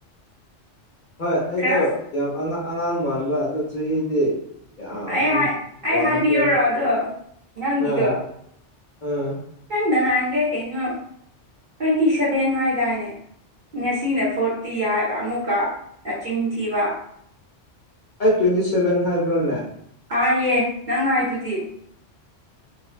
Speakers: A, on the left; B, on the right.
A: ꯍꯣꯏ ꯑꯩꯗꯣ
B: ꯈꯔ
A: ꯌꯥꯝ ꯑꯉꯥꯡ ꯃꯥꯟꯕ ꯑꯗꯨ ꯆꯍꯤꯗꯤ ꯌꯥꯝ
B: ꯑꯩ ꯍꯥꯏ ꯑꯩ
A: ꯋꯥꯡꯈ꯭ꯔꯦꯕ
B: ꯍꯥꯏꯕꯤꯌꯨꯔꯣ ꯑꯗꯣ ꯅꯪꯒꯤꯗꯣ
A: ꯑ ꯑꯥ
B: ꯅꯪ ꯅꯍꯥꯟ ꯈꯩ ꯀꯩꯅꯣ ꯇ꯭ꯋꯦꯟꯇꯤ ꯁꯦꯚꯦꯟ ꯍꯥꯏꯗꯥꯏꯅꯦ ꯉꯁꯤꯅ ꯐꯣꯔꯠꯇꯤ ꯌꯥꯏꯕ ꯑꯃꯨꯛꯀ ꯅꯆꯤꯟꯊꯤꯕ
A: ꯑꯩ ꯇ꯭ꯋꯦꯟꯇꯤ ꯁꯦꯚꯦꯟ ꯍꯥꯏꯕ꯭ꯔꯥꯅꯦ
B: ꯑꯥꯏꯌꯦꯦ ꯅꯪ ꯍꯥꯏꯗꯨꯗꯤ